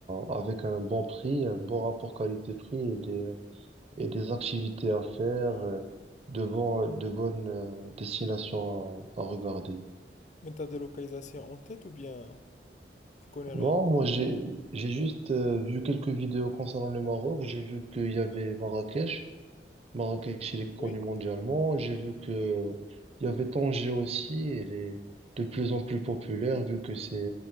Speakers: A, on the right (about 35°); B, on the left (about 40°).
A: avec un bon prix, un bon rapport qualité-prix et des, et des activités à faire, euh, de bon, de bonnes euh, destinations à, à regarder.
B: Mais t'as des localisations en tête ou bien tu connais rien?
A: Bon,
B: en tête
A: moi, j'ai, j'ai juste euh, vu quelques vidéos concernant le Maroc. J'ai vu qu'il y avait Marrakech. Marrakech, il est connu
B: Oui.
A: mondialement. J'ai vu que euh, il y avait Tanger aussi. Elle est de plus en plus populaire vu que c'est